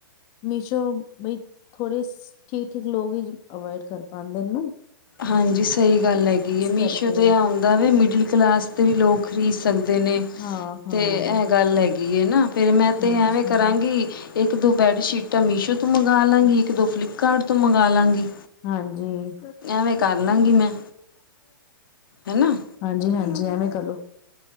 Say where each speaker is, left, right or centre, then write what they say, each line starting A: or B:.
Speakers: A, on the left; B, on the left.
A: ਮੀਸ਼ੋ ਬਈ ਥੋੜੇ ਠੀਕ-ਠੀਕ ਲੋਕ ਈ ਅਵੋਇਡ ਕਰ ਪਾਂਦੇ ਨਾਂ।
B: ਹਾਂਜੀ ਸਈ ਗੱਲ ਹੈਗੀ ਏ ਮੀਸ਼ੋ
A: ਕਰਕੇ
B: ਤੇ ਆਉ ਦਾ ਵੇ ਮਿਡਲ ਕਲਾਸ ਤੇ ਵੀ ਲੋਕ ਖਰੀਦ ਸਕਦੇ ਨੇ
A: ਹਾਂ-ਹਾਂ,
B: ਤੇ ਏ ਗੱਲ ਹੈਗ ਗੀ ਏ ਨਾ ਫਿਰ ਮੈਂ ਤੇ
A: ਹਾਂਜੀ-ਹਾਂਜੀ।
B: ਐਵੇਂ ਕਰਾਂਗੀ। ਇੱਕ ਦੋ ਬੈੱਡਸ਼ੀਟਾਂ ਮੀਸ਼ੋ ਤੋਂ ਮੰਗਾ ਲਾਂਗੀ ਇੱਕ ਦੋ ਫਲਿੱਪਕਾਰਟ ਤੋਂ ਮੰਗਾ ਲਾਂਗੀ।
A: ਹਾਂਜੀ
B: ਐਵੇਂ ਕਰ ਲਾਂਗੀ ਮੈਂ ਹੈਨਾ
A: ਹਾਂਜੀ-ਹਾਂਜੀ ਐਵੇਂ ਕਰਲੋ।